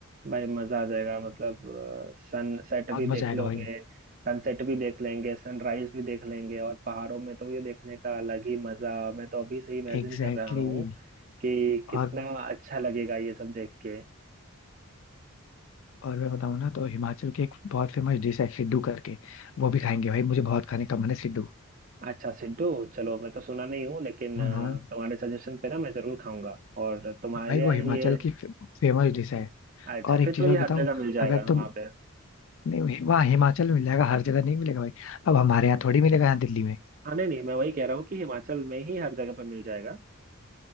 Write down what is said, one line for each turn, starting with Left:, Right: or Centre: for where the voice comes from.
Right: भाई मजा आ जाएगा मतलब सनसेट
Left: बहुत
Right: भी
Left: मजा
Right: देख
Left: आएगा
Right: लोगे
Left: भाई
Right: सनसेट भी देख लेंगे सनराइज भी देख लेंगे और पहाड़ों में तो ये देखने का अलग ही मजा मैं तो अभी से ही इमेजिन
Left: एग्जैक्टली
Right: कर रहा हूँ कि कितना
Left: और
Right: अच्छा लगेगा ये सब देख के
Left: और मैं बताऊँ ना तो हिमाचल की एक बहुत फेमस डिश है सिड्डू करके वो भी खाएंगे भाई मुझे बहुत खाने का मन है सिड्डू
Right: अच्छा सिद्धू चलो मैं तो सुना नहीं हूँ लेकिन
Left: हाँ
Right: अ,
Left: हाँ
Right: तुम्हारे सजेशन पे ना मैं जरूर खाऊंगा और तुम्हारे
Left: भाई वो
Right: यहाँ
Left: हिमाचल
Right: ही ये
Left: की फेमस डिश है
Right: अच्छा
Left: और एक
Right: फिर
Left: चीज
Right: तो ये
Left: और बताऊं
Right: हर जगह मिल जाएगा
Left: अगर
Right: वहां
Left: तुम
Right: पे
Left: नहीं वहाँ हिमाचल में मिल जाएगा हर जगह नहीं मिलेगा भाई अब हमारे यहाँ थोड़ी मिलेगा यहाँ दिल्ली में
Right: हाँ नहीं नहीं मैं वही कह रहा हूँ कि हिमाचल में ही हर जगह पे मिल जाएगा